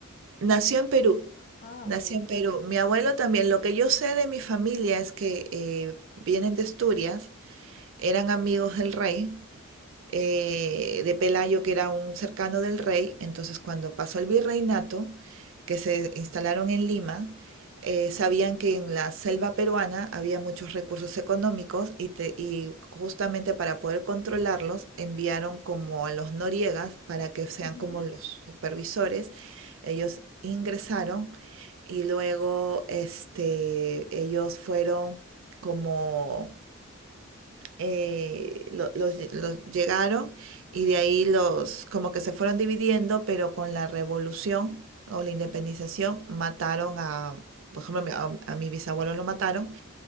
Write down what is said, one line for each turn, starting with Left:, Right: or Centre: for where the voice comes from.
Right: Nació en Perú,
Left: Ah,
Right: nació
Left: ok.
Right: en Perú. Mi abuelo también. Lo que yo sé de mi familia es que eh, vienen de Asturias, eran amigos del rey eh, de Pelayo, que era un cercano del rey. Entonces, cuando pasó el virreinato, que se instalaron en Lima, eh, sabían que en la selva peruana había muchos recursos económicos y, te- y justamente para poder controlarlos enviaron como a los noriegas para que sean
Left: Ujú,
Right: como los supervisores. Ellos ingresaron y luego este, ellos fueron como eh, lo- los, los llegaron y de ahí los como que se fueron dividiendo, pero con la revolución o la independización mataron a, por ejemplo, a, mi a- a mi bisabuelo lo mataron